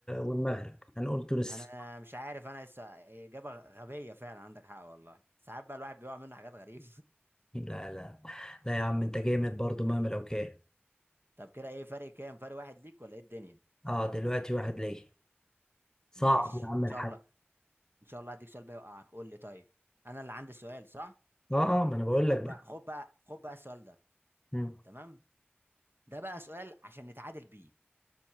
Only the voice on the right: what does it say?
انا مش عارف انا الس- اجابه غبيه فعلا عندك حق والله ساعات بقى الواحد بيقع منه حاجات غريبه
<laughs> طب كده ايه فرق كام فرق واحد ليك ولا ايه الدنيا
ماشي
ان
شاء الله ان شاء الله هديك سؤال بقى يوقعك قول لي طيب انا اللي عندي سؤال صح
خد
بقى خد بقى خد بقى السؤال ده
تمام ده بقى سؤال عشان نتعادل بيه